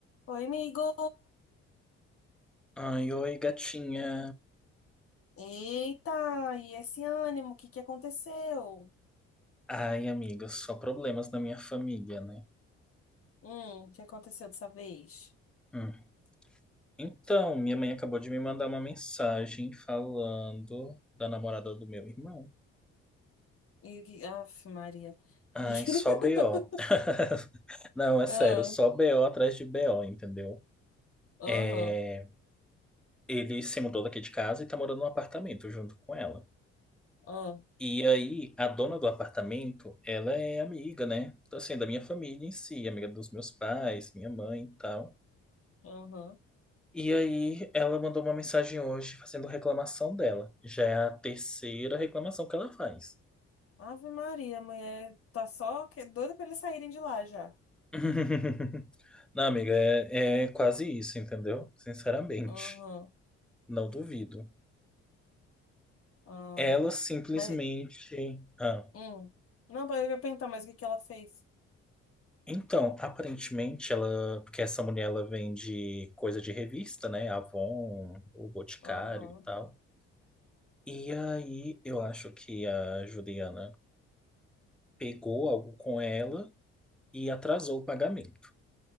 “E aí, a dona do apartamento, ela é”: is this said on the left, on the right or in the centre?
Centre